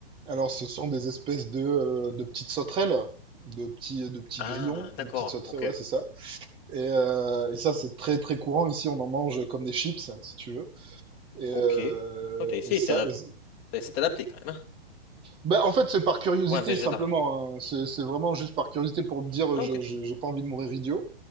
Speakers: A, on the right; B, on the left.
A: alors, ce sont des espèces de euh, de petites sauterelles, de petits de petits
B: Ah,
A: grillons,
B: d'accord,
A: de petites sauterelles.
B: ok.
A: Ouais, c'est ça. Et, euh, et ça, c'est très très courant. Ici, on en mange comme des chips, si tu veux. Et,
B: Ok.
A: euh,
B: Oh, t'as essayé
A: et ça,
B: de t'adapter.
A: et c'est-
B: T'as essayé de t'adapter quand même, hein,
A: ben, en fait, c'est par curiosité
B: Pour un végétarien.
A: simplement. hein. C'est c'est vraiment juste par curiosité pour me dire, euh,
B: Ah,
A: je
B: ok,
A: je- j'ai pas envie de mourir idiot.